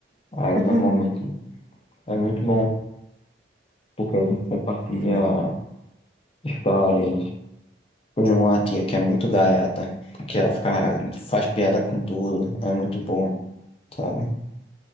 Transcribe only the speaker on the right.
Uhum.
É, não.